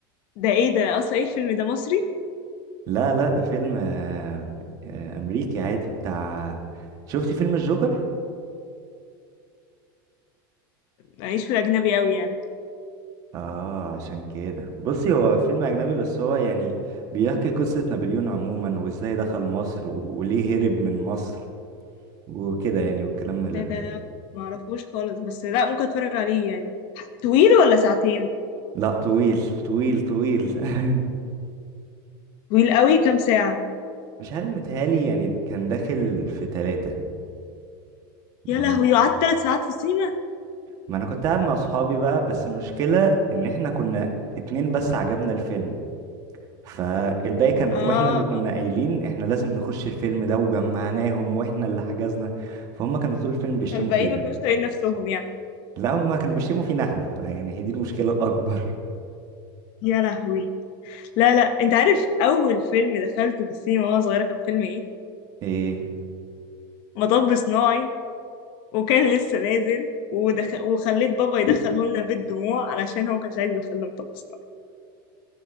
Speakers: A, on the left; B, on the right.
A: ده ايه ده اصلا ايه الفيلم ده مصري
B: لا لا ده فيلم آه آه امريكي عادي بتاع شفتي فيلم الجوكر
A: معيش في الاجنبي قوي يعني
B: اه عشان كده بصي هو فيلم اجنبي بس هو يعني بيحكي قصة نابليون عموما وازاي دخل مصر و- وليه هرب من مصر وكده يعني والكلام ال-
A: لا ده انا معرفوش خالص بس لا ممكن اتفرج عليه يعني طويل ولا ساعتين
B: لا طويل طويل طويل <laughs>
A: طويل قوي كام ساعه
B: مش عارف متهيألي يعني كان داخل في ثلاثة
A: يا
B: يعني
A: لهوي وقعدت ثلاث ساعات في سينا
B: ما انا كنت قاعد مع صحابي بقى بس المشكلة ان احنا كنا اتنين بس عجبنا الفيلم فالباقي كان
A: اه
B: واحنا اللي كنا قايلين احنا لازم نخش الفيلم ده وجمعناهم واحنا اللي حجزنا فهم كانوا طول الفيلم بيشتموا
A: فالباقيين
B: فينا
A: ما كانوش طايقين نفسهم يعني
B: لا ما كانوا بيشتموا فينا احنا يعني هي دي المشكلة الأكبر
A: يا لهوي لا لا انت عارف اول فيلم دخلته في السينما وانا صغيره كان فيلم ايه
B: ايه
A: مطب صناعي وكان لسه نازل ودخ... وخليت بابا يدخله لنا بالدموع علشان هو كانش عايز يدخلنا مطب صناعي